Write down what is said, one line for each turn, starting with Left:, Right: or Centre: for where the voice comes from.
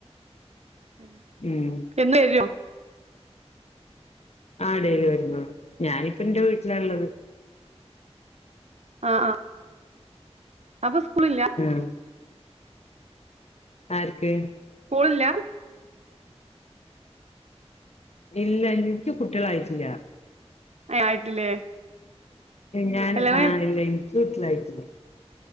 Right: ഏ
Left: ഉം
Right: എന്ന് വരോ
Left: ആഹ് ഡെയ്‌ലി വരുന്നു ഞാനിപ്പന്റെ വീട്ടിലാള്ളത്
Right: ആഹ്അഹ് അപ്പം സ്കൂളില്ല
Left: ആഹ് ആർക്ക്
Right: സ്‌കൂളില്ലാ
Left: ഇല്ല ഇൻക്ക് കുട്ടേളായിട്ടില്ല
Right: ഏ ആയിട്ടില്ലേ
Left: ഏ ഞാന്
Right: കല്യാണം
Left: ആഹ്
Right: കഴി
Left: ഇല്ലേ ഇൻക്ക് കുട്ടികളായിട്ടില്ല